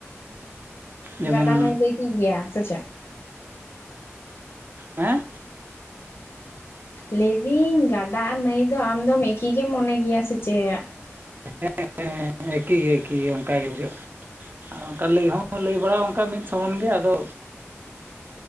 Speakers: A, on the right; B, on the left.
A: ᱡᱮᱢᱚᱱ
B: ᱜᱟᱰᱟ ᱱᱟᱹᱭ ᱫᱚ ᱮᱠᱤ ᱜᱮᱭᱟ ᱥᱮ ᱪᱮᱫ
A: ᱦᱮᱸ
B: ᱞᱟᱹᱭᱫᱟᱹᱧ ᱜᱟᱰᱟ ᱱᱟᱹᱭ ᱫᱚ ᱟᱢᱫᱚᱢ ᱮᱠᱤ ᱜᱮᱢ ᱢᱚᱱᱮ ᱜᱮᱭᱟ ᱥᱮ ᱪᱮᱫ?
A: ᱦᱮᱸ ᱦᱮᱸ ᱮᱠᱤ ᱜᱮ ᱮᱠᱤ ᱜᱮ ᱚᱱᱠᱟᱟᱜ ᱜᱮ ᱵᱩᱡᱷᱟᱹᱜᱼᱟ ᱚᱱᱠᱟ ᱞᱟᱹᱭ ᱦᱚᱸ ᱞᱟᱹᱭ ᱵᱟᱲᱟ ᱚᱱᱠᱟ ᱢᱤᱫ ᱥᱚᱢᱟᱱ ᱜᱮ ᱟᱫᱚ